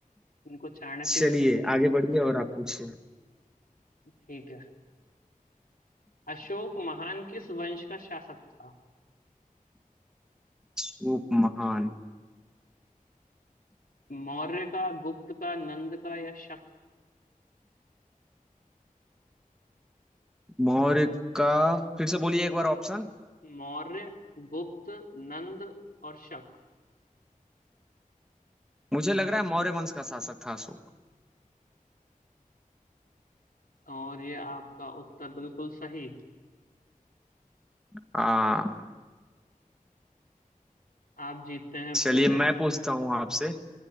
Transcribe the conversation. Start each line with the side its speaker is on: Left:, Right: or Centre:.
Left: इनको चाणक्य
Centre: चलिए
Left: भी कहते हैं
Centre: आगे बढ़िए और आप पूछिए
Left: ठीक है अशोक महान किस वंश का शासक था
Centre: सूप महान
Left: मौर्य का गुप्त का नंद का या शक
Centre: मौर्य का फिर से बोलिए एक बार ऑप्शन
Left: मौर्य गुप्त नंद और शक
Centre: मुझे लग रहा है मौर्य वंश का शासक था अशोक
Left: और ये आपका उत्तर बिल्कुल सही
Centre: हाँ
Left: आप जीतते हैं
Centre: चलिए
Left: पूरे
Centre: मैं पूछता हूँ आपसे